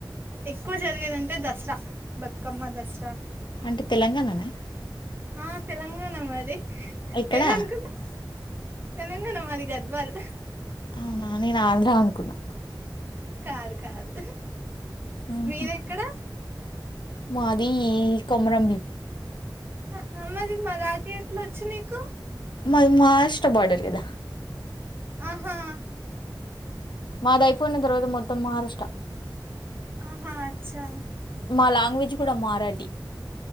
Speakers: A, on the right; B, on the left.
A: ఎక్కువ జరిగేదింటే ద దసరా బతుకమ్మ దసరా
B: అంటే తెలంగాణనా
A: ఆ తెలంగాణ మది
B: ఎక్కడా
A: ఏదనుకున్నావ్ తెలంగాణ మాది గద్వాల్
B: అవునా నేను ఆంధ్రా అనుకున్నా
A: కాదు కాదు
B: ఉహు.
A: మీదేక్కడ
B: మాది కొమరంబీం
A: అ అ మది మరాఠి ఎట్లొచ్చు నీకు
B: మాది మా రాష్ట్ర బార్డర్ కదా
A: ఆహా
B: మాది అయిపోయిన తర్వాత మొత్తం మరుష్టా
A: ఆహా అచ్చా
B: మా లాంగ్వేజ్ కూడా మారాడి